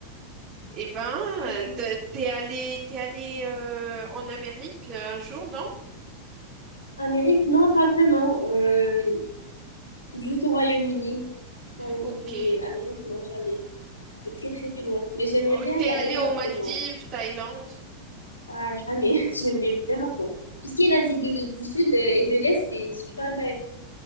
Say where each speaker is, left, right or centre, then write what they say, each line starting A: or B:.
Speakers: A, on the right (about 35°); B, on the left (about 85°).
A: Eh ben,
B: Et
A: euh, t'es t'es allé, t'es allé euh, en Amérique euh, un jour, non?
B: Amérique, non, pas vraiment. Euh, juste au Royaume-Uni. Royaume-Uni,
A: Ok.
B: mais Amérique, non, jamais. C'est très, très loin. Mais j'aimerais
A: Oh,
B: bien
A: t'es
B: y
A: allé
B: aller, mais
A: aux
B: après,
A: Maldives,
B: bon.
A: Thaïlande.
B: Ah, jamais. <laughs> J'aimerais bien, par contre. Tout ce qui est l'Asie du, du Sud euh, et de l'Est, c'est super intéressant.